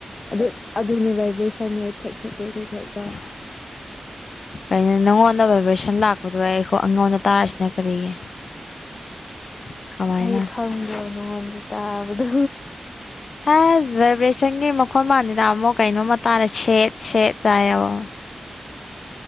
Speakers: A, on the left; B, on the left.
A: ꯑꯗꯨ ꯑꯗꯨꯅꯦ ꯚꯏꯕ꯭ꯔꯦꯁꯟꯅꯦ ꯊꯦꯛ ꯊꯦꯛ ꯊꯦꯛ ꯊꯦꯛ ꯊꯦꯛꯇꯣ
B: <unintelligible> ꯀꯩꯅꯣ ꯅꯪꯉꯣꯟꯗ ꯚꯥꯏꯕ꯭ꯔꯦꯁꯟ ꯂꯥꯛꯄꯗꯣ ꯑꯩ ꯑꯩꯉꯣꯟꯗ ꯇꯥꯔꯤꯁꯤꯅ ꯀꯔꯤꯒꯤ <inaudible> ꯀꯃꯥꯏꯅ
A: ꯑꯩ ꯈꯪꯗꯕ ꯅꯉꯣꯟꯗ ꯇꯥꯕꯗꯣ
B: ꯍꯥ ꯚꯥꯏꯕ꯭ꯔꯦꯁꯟꯒꯤ ꯃꯈꯣꯟ ꯃꯜꯅꯤꯅ ꯑꯃꯨꯛ ꯀꯩꯅꯣꯝꯃ ꯇꯥꯔꯦ ꯁꯦꯠ ꯁꯦꯠ ꯇꯥꯏꯌꯦꯕ